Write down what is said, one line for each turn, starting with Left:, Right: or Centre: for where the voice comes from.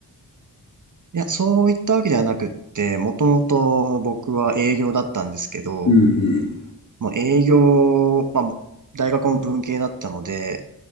Right: いや、そういったわけではなくって、もともと僕は営業だったんですけど、
Left: うんうん。
Right: もう営業、まあ、もう大学も文系だったので、